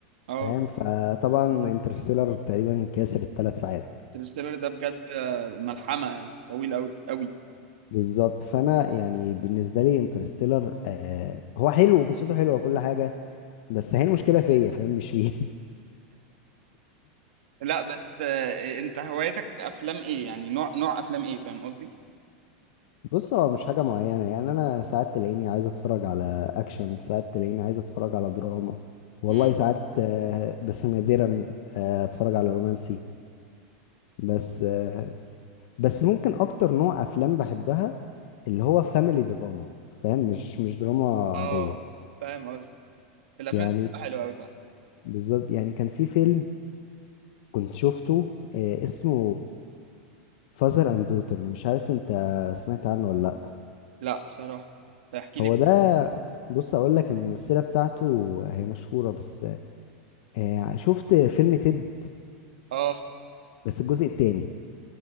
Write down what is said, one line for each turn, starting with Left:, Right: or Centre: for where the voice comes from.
Right: اه
Left: فاهم فطبعا انترستيلر تقريبا كاسر الثلاث ساعات
Right: انترستيلر ده بجد آه، ملحمه يعني طويل قوي قوي
Left: فبالظبط فانا يعني بالنسبه لي انترستيلر آه هو حلو وقصته حلوه وكل حاجه بس هي المشكله فيا فاهم مش فيه <laughs>
Right: لا بس آه، انت هوايتك افلام ايه يعني نوع نوع افلام ايه فاهم قصدي
Left: بص هو مش حاجه معينه يعني انا ساعات تلاقيني عايز اتفرج على اكشن ساعات تلاقيني عايز اتفرج على دراما والله
Right: امم
Left: ساعات آه، بس نادرا آه، اتفرج على رومانسي بس آه، بس ممكن اكتر نوع افلام بحبها اللي هو فاميلي دراما فاهم مش مش دراما
Right: اه
Left: عادية
Right: فاهم قصدي الافلام
Left: يعني
Right: دي بتبقى حلوه قوي فعلا
Left: بالظبط يعني كان في فيلم كنت شفته آه، اسمه فازر اند دوتر مش عارف انت سمعت عنه ولا لا
Right: لا بصراحه فاحكي
Left: هو
Right: لي
Left: ده بص اقول لك الممثلة بتاعته هي مشهورة بس آه، شفت فيلم تيد
Right: اه
Left: بس الجزء التاني